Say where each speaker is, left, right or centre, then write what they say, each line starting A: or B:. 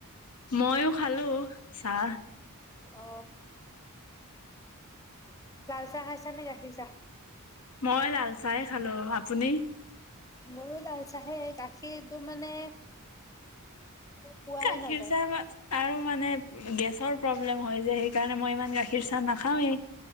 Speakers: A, on the left; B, on the left.
A: মইয়ো খালো চাহ।
B: অ, লাল চাহ খাইছা নে গাখীৰ চাহ?
A: মই লাল চায়েই খালো, আপুনি?
B: মইয়ো লাল চাহে গাখীৰটো মানে, পোৱাই
A: গাখীৰ
B: নাযায়
A: চাহ আমাৰ আৰু মানে গেছৰ প্ৰব্লেম হয় যে সেইকাৰণে মই ইমান গাখীৰ চাহ নাখাওৱেই।